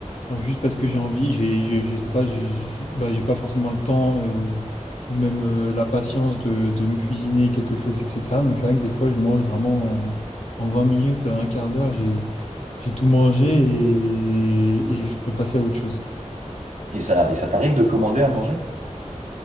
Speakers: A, on the left; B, on the right.
A: genre juste parce que j'ai envie, j'ai, j'ai- je sais pas, j'ai j'ai- bah, j'ai pas forcément le temps euh, ou, ou même euh, la patience de, de me cuisiner quelque chose, etc. Donc c'est vrai que des fois, je mange vraiment en, en 20 minutes, un quart d'heure, j'ai, j'ai tout mangé et et je peux passer à autre chose.
B: Et ça, et ça t'arrive de commander à manger?